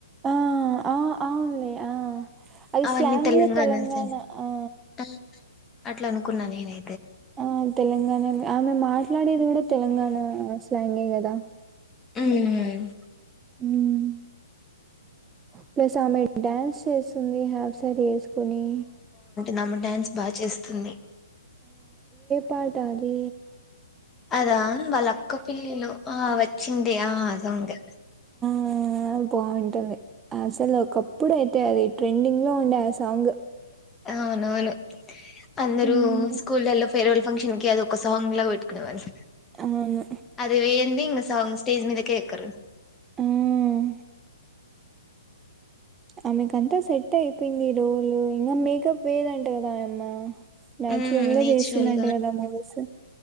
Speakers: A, on the right; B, on the left.
A: ఆ ఆ అవులే ఆ అది
B: అవన్నీ
A: స్లాంగ్ లో తెలంగాణ
B: సైడ్
A: ఆ
B: ఆ, అట్లా అనుకున్నా నేనై
A: ఆ తెలంగాణ ఆమె మాట్లాడేది కూడా తెలంగాణ స్లాంగే గదా
B: ఉ మ్మ్
A: మ్మ్ ప్లస్ ఆమె డ్యాన్స్ చేస్తుంది ఆఫ్ సారీ వే కొని
B: నామ డ్యాన్స్ బాగా చేస్తుంది
A: పాడతాది
B: అదా వాళ్ళ అక్క పిల్లలు ఆ వచ్చిందే ఆ అదుంది
A: మ్ అ బాగుంటుంది అసలు ఒకప్పుడు అయితే అది ట్రెండింగ్ లో ఉండే ఆ సాంగ్
B: అవునవును అందరు
A: హ్మ్.
B: స్కూల్ డే లో ఫేర్వల్ ఫంక్షన్ కి అదో ఒక సాంగ్ లా పొట్టుకొనేవాళ్ళు
A: అవును.
B: అది వేంయంది ఇంగ సాంగ్ స్టేజ్ మీద కే ఎక్కరు
A: మ్మ్ ఆమెకంతా సెట్ అయిపోయింది ఈ రోజు ఇంకా మేకప్ వేదంట కదా ఆయమ్మ నాచురల్
B: ఉమ్
A: గా
B: నేచురల్
A: చేస్తుందంట కదా మూవీస్